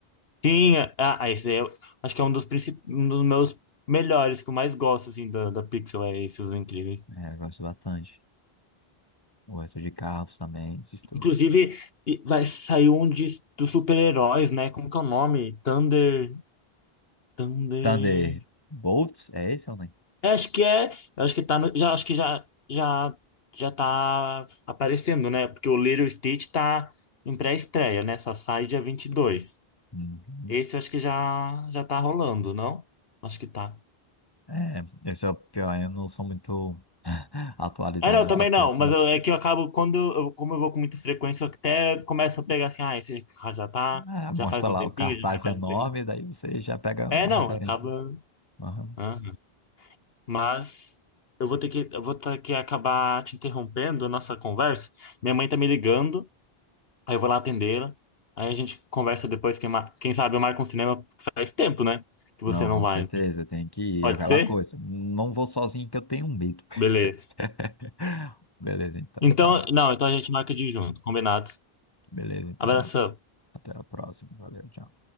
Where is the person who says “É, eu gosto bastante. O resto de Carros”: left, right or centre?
Left